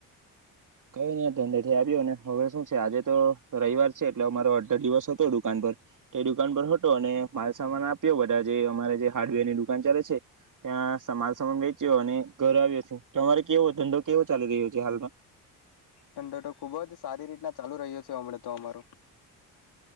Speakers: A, on the right; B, on the left.
A: કય ની આ ધંધેથી આવ્યો હવે શું છે આજે તો રવિવાર છે એટલે અમારો અડધો દિવસ હતો દુકાન પર તે દુકાન પર હતો અને માલસામાન આપ્યો બધા જે અમારે જે હાર્ડવેર ની દુકાન ચાલે છે ત્યાં માલસામાન વેચ્યો અને ઘર આવ્યો છું તમારે કેવો ધંધો કેવો ચાલી રહ્યો છે હાલમાં.
B: ઠંડો ખુબ જ સારી રીતના ચાલુ રહ્યો છે હમણાં તો અમારું.